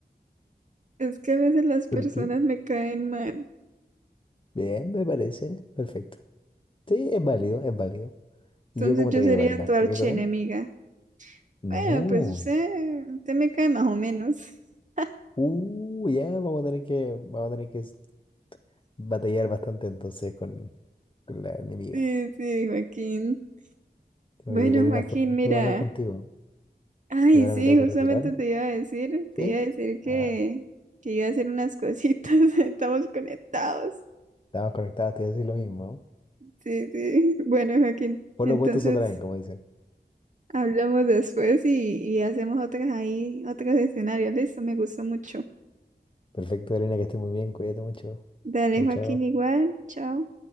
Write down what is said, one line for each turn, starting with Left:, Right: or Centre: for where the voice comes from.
Right: Es que a veces las personas
Left: ¿Por qué?
Right: me caen mal.
Left: Bien, me parece. Perfecto. Sí, es válido, es válido.
Right: Entonces
Left: ¿Y yo cómo
Right: yo
Left: te caigo,
Right: sería
Left: Karina?
Right: tu
Left: ¿Te
Right: archienemiga.
Left: caigo bien? No.
Right: Bueno, pues usted, usted me cae más o menos. <laughs>
Left: Uh, ya vamos a tener que, vamos a tener que s- batallar bastante entonces con, con la enemiga.
Right: Sí, sí, Joaquín.
Left: Oye,
Right: Bueno,
Left: Karina,
Right: Joaquín,
Left: fue un gusto
Right: mira.
Left: hablar contigo.
Right: Ay,
Left: Yo ahora
Right: sí,
Left: me tengo que
Right: justamente
Left: retirar.
Right: te iba a decir, te
Left: ¿Sí?
Right: iba a decir que,
Left: Ah,
Right: que iba a hacer unas cositas, <laughs> estamos conectados.
Left: estamos conectados, te iba a decir lo mismo.
Right: Sí, sí. Bueno, Joaquín,
Left: Por
Right: entonces
Left: lo opuestos se atraen, como dicen.
Right: hablamos después y, y hacemos otras ahí, otros escenarios. Listo, me gustó mucho.
Left: Perfecto, Karina, que estés muy bien. Cuídate mucho.
Right: Dale,
Left: Chao,
Right: Joaquín,
Left: chao.
Right: igual, chao.